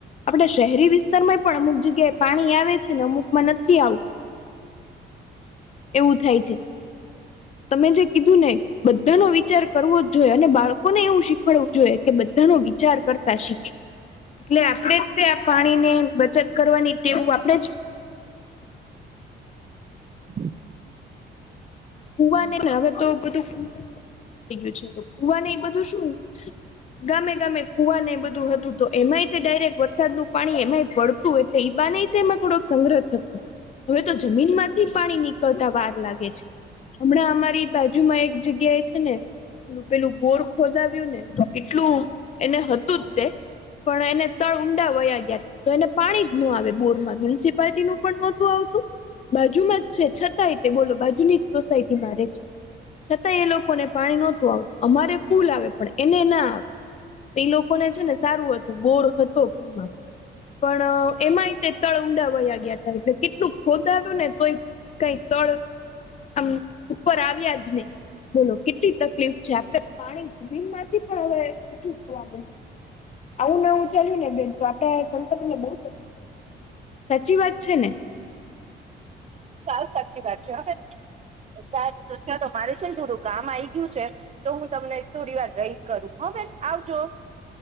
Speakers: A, on the left (about 35°); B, on the right (about 35°).
A: આપડ શહેરી વિસ્તારમાંય પણ અમુક જગ્યાએ પાણી આવે છે ને અમુકમાં નથી આવતું. એવું થાય છે. તમે જે કીધું ને. બધાનો વિચાર કરવો જ જોઈએ અને બાળકોને એવું શીખવાડવું જોઈએ કે બધાનો વિચાર વિચાર કરતા શીખ એટલે આપણેે જ તે આ પાણીને બચત કરવાની ટેવું આપણેે જ
B: હમ.
A: કુવા ન હવે તો બધું થઈ ગયું છે કુવા ન બધું શું? ગામે ગામે કુવાને એ બધું હતું તો એમાંય ડાયરેક્ટ વરસાદ નું પાણી એમાંય પડતું. એટલે ઈ બહાને એમાં થોડોક સંગ્રહ થતો હતો. હવે તો જમીન માંથી પાણી નીકળતા વાર લાગે છે. હમણાં અમારી બાજુમાં એક જગ્યા એ છે ને પેલું ગોળ ખોદાવ્યું ને તો કેટલું એને હતું જ તે પણ એને તળ ઊંડા વયા ગયા હતા. તો એને પાણી જ ન આવે બોરમાં મ્યુનિસિપાલટી નું પણ નહોતું આવતું. બાજુમાં જ છે છતાંય તે બોલો બાજુની જ સોસાયટીમાં રહે છે. છતાંય એ લોકોને પાણી નહોતું આવતું અમારે ફૂલ આવે પણ એને ના આવે. એ લોકોને છે ને સારું હતું બોર હતો ઘરમાં પણ એમાંય તે તળ ઊંડા વયા ગયા હતા એટલે કેટલું ખોદ આવ્યું ને તોય કઈ ત <unintelligible> તોળ આમ ઉપર આવ્યાજ નહી. બોલો કેટલી તકલીફ છે આપડ પાણી જમીન માંથી પણ હવે ઓછું જોવા મળે. આવું ના આવું ચાલ્યું ને બેન તો આપડે સંતને <inaudible> બહુ. સાચી વાત છે ને?
B: સાવ સાચી વાત છે હવે સાચું તો છે તો મારું છે ને થોડું કામ આઈ ગયું છે. તો હું તમને થોડી વાર રહીને કરું હ બેન આવજો.